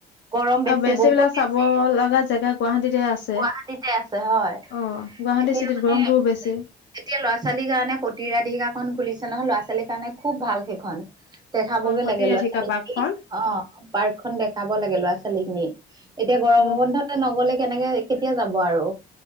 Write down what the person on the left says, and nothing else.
আৰু বেছি
বিলাক
চাব লাগা জেগা গুৱাহাটীতে আছে তে
অ গুৱাহাটী
চিটিত
গৰমটোও বেছি
অ সতি
ৰাধিকা
পাৰ্কখন
অ